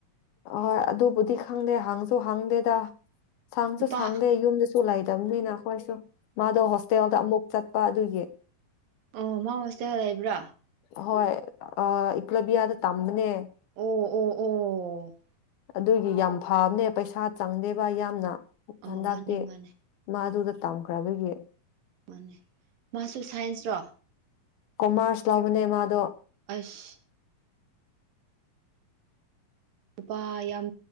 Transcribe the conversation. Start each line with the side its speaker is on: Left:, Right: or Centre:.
Left: ꯑꯍꯣꯏ ꯑꯗꯨꯕꯨꯗꯤ ꯈꯪꯗꯦ ꯍꯪꯁꯨ ꯍꯥꯡꯗꯦꯗ ꯁꯥꯡ ꯆꯣ
Right: ꯅꯨꯄꯥ
Left: ꯁꯥꯡꯗꯦ ꯌꯨꯝ ꯆꯂꯥꯏꯗꯝ ꯅꯅ ꯀꯣꯏꯏꯁꯨꯣ ꯃꯥꯗ ꯍꯁꯒ ꯃꯨ ꯆ ꯄꯥꯥꯗꯨꯒꯤ
Right: ꯑꯣ ꯃꯥ ꯍꯁꯇ ꯂꯩꯕ꯭ꯔꯥ
Left: ꯍꯣꯏ ꯏꯀ꯭ꯂꯣꯕꯤꯌꯥꯗ ꯇꯝꯕꯅꯦ <inaudible>
Right: ꯑꯣ ꯑꯣ ꯑꯣ
Left: ꯑꯗꯨꯒꯤ ꯌꯥꯝ ꯐꯕꯅꯦ ꯄꯩꯁꯥ ꯆꯪꯗꯦꯕ ꯌꯥꯝꯅ
Right: ꯑꯣ
Left: ꯍꯗꯥꯛꯇ
Right: ꯃꯥꯅꯦ ꯃꯥꯅꯦ
Left: ꯃꯥꯗꯨꯗ ꯇꯝꯈ꯭ꯔꯕꯒꯤ
Right: ꯃꯅꯤ ꯃꯥꯁꯨ ꯁꯥꯏꯟꯁ ꯆ
Left: ꯀꯣꯃꯔꯁ ꯂꯥꯎꯕꯅꯦ ꯃꯥꯗꯣ
Right: ꯑꯁ ꯅꯨꯄꯥ ꯌꯥꯝ